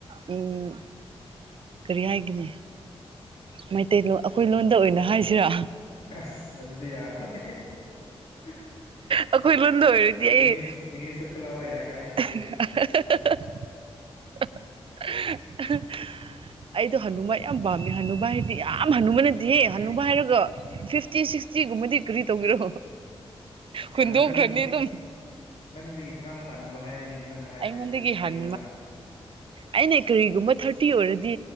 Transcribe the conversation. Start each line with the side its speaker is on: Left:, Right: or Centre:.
Right: ꯎꯝ ꯀꯔꯤ ꯍꯥꯏꯒꯅꯦ ꯃꯩꯇꯩꯂꯣꯟ ꯑꯩꯈꯣꯏ ꯂꯣꯟꯗ ꯑꯣꯏꯅ ꯍꯥꯏꯁꯤꯔ
Left: ꯑꯁ ꯑꯗꯨꯗꯤ <unintelligible>
Right: ꯑꯩꯈꯣꯏ ꯂꯨꯅꯗꯧꯔꯗꯤ ꯑꯩ
Left: ꯏꯪꯂꯤꯁ ꯏꯪꯂꯤꯁꯇ ꯊꯤꯜꯂꯛꯑꯣ ꯌꯥꯏ
Right: <unintelligible>
Left: ꯀꯥꯏꯗꯦ ꯑꯗꯨꯗꯤ
Right: ꯑꯩꯗꯣ ꯍꯅꯨꯃꯥꯏ ꯌꯥꯝ ꯄꯥꯝꯃꯦ ꯍꯅꯨꯃꯥꯏ ꯍꯥꯏ ꯌꯥꯝ ꯍꯟꯅꯨꯕ ꯅꯠꯇꯦꯍꯦ ꯍꯟꯅꯨꯕ ꯍꯥꯏꯔꯒ ꯐꯤꯐꯇꯤ ꯁꯤꯛꯁꯇꯤꯒꯨꯝꯕꯗꯤ ꯀꯔꯤ ꯇꯧꯕꯤꯔꯣ
Left: ꯑꯠꯆꯥ
Right: ꯍꯨꯟꯗꯣꯛꯈ꯭ꯔꯅꯤ
Left: ꯅꯪꯗꯒꯤ
Right: ꯑꯗꯨꯝ
Left: ꯅꯪꯗꯒꯤ ꯈꯔ ꯍꯟꯕ ꯍꯥꯏꯕꯅꯤ ꯅꯪꯅ ꯍꯥꯏꯕꯁꯦ
Right: ꯑꯩꯉꯣꯟꯗꯒꯤ
Left: ꯆꯍꯤ ꯃꯔꯤ
Right: ꯍꯥꯟ
Left: ꯃꯉꯥ
Right: ꯑꯩꯅ ꯀꯔꯤꯒꯨꯝꯕ ꯊꯥꯔꯇꯤ ꯑꯣꯏꯔꯗꯤ